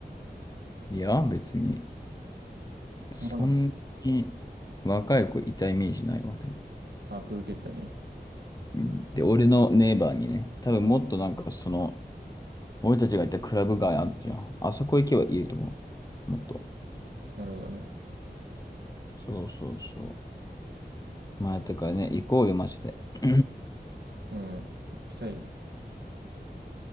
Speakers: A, on the left (about 20°); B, on the right (about 85°).
A: いや、別に、そんなに若い子いたイメージないわ、
B: 思わなかっ
A: でも。
B: たあ、プーケットに。
A: うん。で、俺のネイバーにね、多分もっとなんかその、俺たちがいたクラブ街あるじゃん。あそこ行けばいると思う。もっと。
B: なるほどね。
A: そうそうそう。まあ、だからね、行こうよ、マジで。<clears throat>
B: うん。行きたいよ。